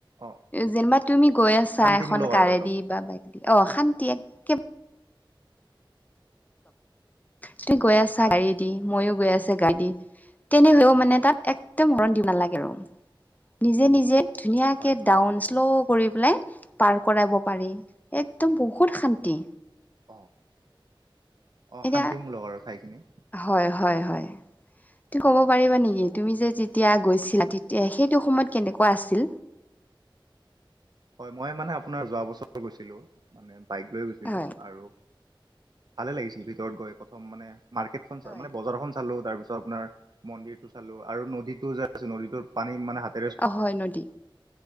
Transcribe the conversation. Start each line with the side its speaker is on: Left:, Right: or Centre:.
Right: অ
Left: যেনিবা তুমি গৈ আছা
Right: শান্তিমূলক
Left: এখন কাৰেদি
Right: আৰু একদম
Left: বা বাইক দি, অ' শান্তি একেবাৰে তুমি গৈ আছা
Right: হয়
Left: গাড়ী দি, মইযো গৈ আছোঁ গাড়ী দি, তেনেহলেও মানে তাত একদম হৰ্ণ দিব নালাগে আৰু। নিজে - নিজে ধুনীয়াকে
Right: হয় হয়
Left: ডাউন
Right: অ
Left: শ্লো কৰি পেলাই পাৰ কৰাব পাৰি। একদম বহুত শান্তি।
Right: অ'। অ'
Left: এতিয়া
Right: শান্তিমূলক আৰু ঠাইখিনি।
Left: হয় - হয় - হয়। তু ক'ব পাৰিবা নেকি
Right: অ
Left: তুমি যে যেতিয়া গৈছিলা তে তিয়া সেইটো সময়ত কেনেকুৱা আছিল?
Right: হয়, মই মানে আপোনাৰ যোৱা বছৰ গৈছিলোঁ। মানে বাইক লৈ গৈছিলোঁ
Left: হয়
Right: আৰু ভালে লাগিছিল ভিতৰত গৈ প্ৰথম মানে মাৰ্কেটখন
Left: হয়
Right: মানে বজাৰখন চালোঁ। তাৰপিছত আপোনাৰ মন্দিৰটো চালোঁ আৰু নদীটো যে আছে, নদীটোৰ পানী মানে হাত
Left: অ' হয় নদী।